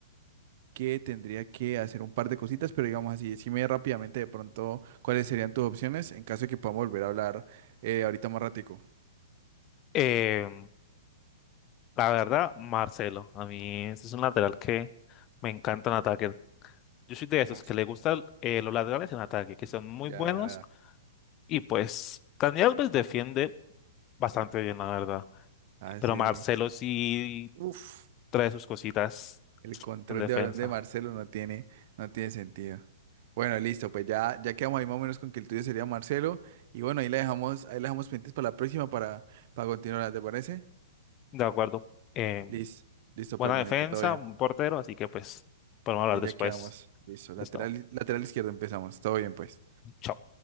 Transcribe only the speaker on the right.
que tendría que hacer un par de cositas, pero digamos así, decime rápidamente de pronto cuáles serían tus opciones en caso de que podamos volver a hablar eh, ahorita más ratico.
Marzo.
Ya,
ya, ya.
Ah,
sí.
Uf.
El control
de balón de Marcelo no tiene, no tiene sentido. Bueno, listo, pues ya, ya quedamos ahí más o menos con que el tuyo sería Marcelo. Y bueno, ahí la dejamos, ahí la dejamos pendientes para la próxima para, para continuar, ¿te parece?
Listo, listo,
pues, manito,
todo bien.
Ahí
ya quedamos. Listo, lateral,
lateral izquierdo empezamos. Todo bien, pues.